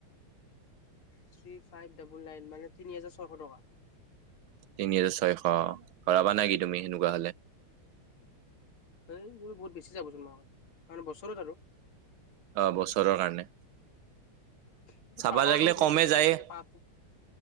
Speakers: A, on the left (about 90°); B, on the right (about 80°).
A: থ্ৰী ফাইভ ডাবল নাইন মানে তিনি হাজাৰ ছয়শ টকা?
B: তিনি হাজাৰ ছয়শ অ', কৰাবা নেকি তুমি এনেকুৱা হ'লে?
A: এই বহু-বহুত বেছি যাব যোন মাহত, কাৰণ বছৰত আৰু।
B: অ', বছৰৰ কাৰণে।
A: কিন্তু
B: চাবা
A: পাবা
B: লাগিলে
A: ইমান পইচাটো
B: কমে
A: একেবাৰতে
B: যায়।
A: পাতো